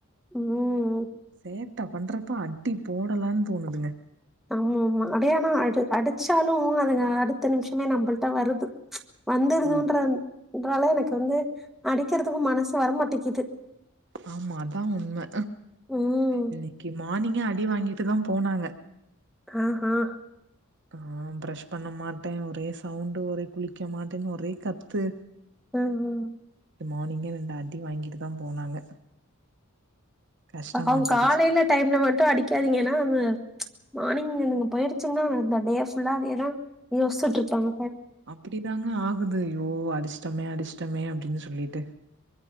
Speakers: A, in the centre; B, on the right.
A: உம்
B: சேட்ட பண்ற ப்பா அடி போடலான் தோணுதுங்க
A: ஆமாம்மா அடே ஆனா அடு அடிச்சாலு அதுங்க அடுத்த நிமிஷமே நம்மள்ட்ட வருது வந்துடுதுன்ற
B: ஆமா
A: ன்றாலா எனக்கு வந்து அடிக்கிறதுக்கு மனசு வரமாட்டேக்குது
B: ஆமா அதா உண்ம
A: உம்
B: இன்னிக்கி மார்னிங்கே அடி வாங்கி ட்டுதா போனாங்க
A: ஆ ஆஹ்
B: ஆ ப்ரஷ் பண்ணமாட்டே ஒரே சவுண்டு ஒரே குளிக்க மாட்டேன்னு ஒரே கத்து
A: ம் ம்
B: மார்னிங்கே ரெண்டு அடி வாங்கிட்டுதா போனாங்க கஷ்டமா
A: அவங்
B: போயிடுச்சு
A: காலையில டைம்ல மட்டு அடிக்காதீங்க ஏன்னா மார்னிங் அந்ங்க போயிடுச்சுங்கன்னா அந்த டே ஃபுல்லாவேதா யோசிட்டுருப்பாங்க
B: அப்பிடிதாங்க ஆகுது யோ அடிஷ்டமே அடிஷ ட்டமே அப்பிடின்னு சொல்லிட்டு